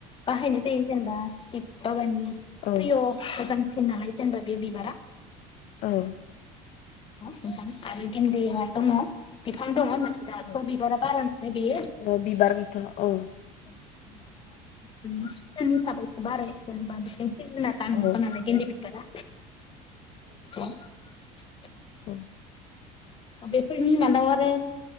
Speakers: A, on the left (about 30°); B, on the left (about 45°).
A: बाहायनाय जायो जेनेबा एफाबानि
B: औ
A: प्रिय' मोजांसिन नालाय जेनेबा बे बिबारा
B: औ
A: दङजां आरो इन्दिया दङ बिफां दङ राथ
B: औ
A: बिबार बारा नालाय बेयो जेनेबा
B: औ बिबार गैथारा औ
A: सिजोन हिसाबैसो बारो आरो जेनेबा
B: औ
A: <unintelligible> <unintelligible>
B: उम
A: बेफोरनि मादाव आरो